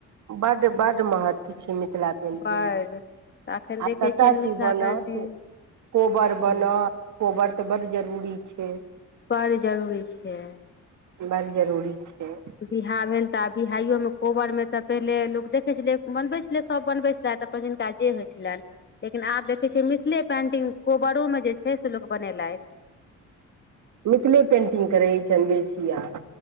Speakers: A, on the right (about 70°); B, on the left (about 35°).
A: बड्ड बड्ड महत्व छै मिथिला पेंटिंग
B: बड्ड
A: आ
B: तऽ एखन देखै
A: सभटा
B: छियनि
A: चीज
B: मिथिला
A: बनत
B: पेन्टिंग
A: कोबर बनत
B: जी
A: कोबर तऽ बड्ड जरूरी छै
B: बड़ जरूरी छै
A: बड़ जरूरी छै
B: बिहा भेल तऽ आ बिहाइ योमे कोबरमे तऽ पहिले लोक देखै छलै बनबै छलै सभ बनबै छलै तऽ जिनका जे होइ छलनि लेकिन आब देखै छियै मिथिले पेंटिंग कोबरोमे जे छै से लोक बनेलथि
A: मिथिले पेन्टिंग करैत छनि बेसी आब